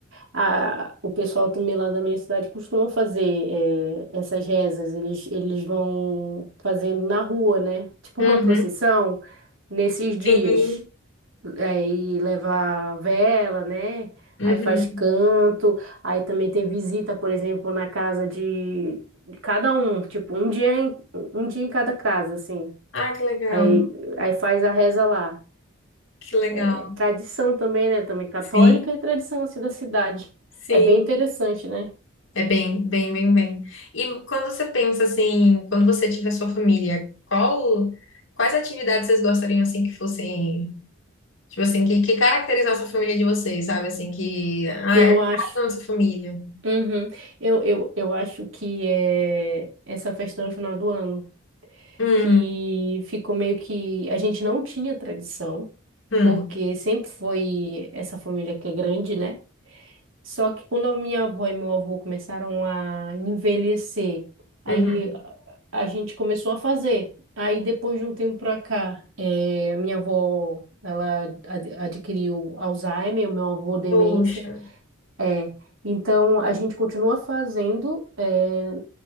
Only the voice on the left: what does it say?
Uhum,
sim.
Uhum.
Ah, que legal,
que legal.
Sim,
sim.
É bem, bem, bem, bem. E quando você pensa assim, quando você tiver sua família, qual, quais atividades vocês gostariam assim que fossem, tipo assim, que, que caracterizasse a família de vocês, sabe? Assim, que, ah,
é a cara
da nossa família.
Hum,
hum,
uhum.
Poxa,